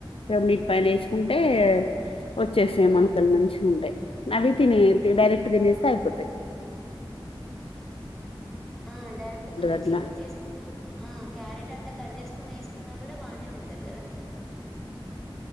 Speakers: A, on the left (about 85°); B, in the centre.
A: రెండిటి పైన వేసుకుంటే వచ్చేసాయి
B: మ్మ్
A: మనకలు మంచిగా ఉంటాయి అవి తిన డైరెక్ట్ తినేస్తే అయి పోతయ్
B: ఆ డైరెక్ట్ దినేయోచు
A: అట్లా
B: కట్ చేసుకో ఆ క్యారెట్ అట్లా కట్ చేసుకొని వేస్ కున్నా కూడా బానే ఉంటది కదా